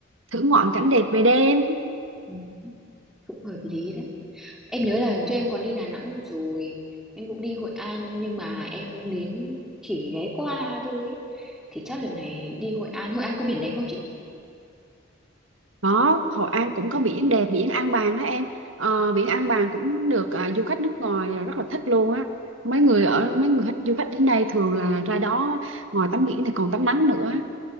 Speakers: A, on the right; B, in the centre.
A: thưởng ngoạn cảnh đẹp về đêm
B: ừ, cũng hợp lý đấy. Em nhớ là lần trước em còn đi Đà Nẵng rồi, em cũng đi Hội An nhưng mà em đến chỉ ghé qua thôi ấy. Thì chắc lần này đi Hội An, Hội An có biển đẹp không chị?
A: Có, Hội An cũng có biển đẹp, biển An Bàng đó em. Ờ, biển An Bàng cũng được à, du khách nước ngoài à, rất là thích luôn á. Mấy người ở mấy người khách du khách đến đây thường là ra đó ngoài tắm biển thì còn tắm nắng nữa.